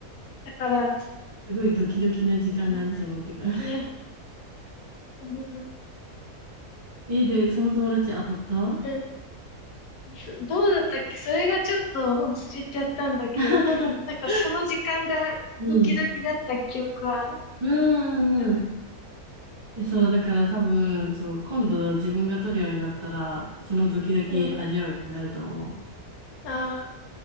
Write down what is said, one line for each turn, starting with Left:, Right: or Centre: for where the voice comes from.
Left: だから、
Right: すごいドキドキな時間だね、
Left: う
Right: その時間。
Left: んね、うん、う
Right: <laughs> え、で、その友達当たった
Left: んそどうだったっけそれがちょっと忘れちゃったんだけど、
Right: <laughs>
Left: なんかその時間がドキドキだった記憶は
Right: うん。うん、
Left: ある。
Right: うん、うん。そう、だから多分、そう、今度自分が取るようになったら、そのドキドキ味わいになると思う。
Left: うん、ああ、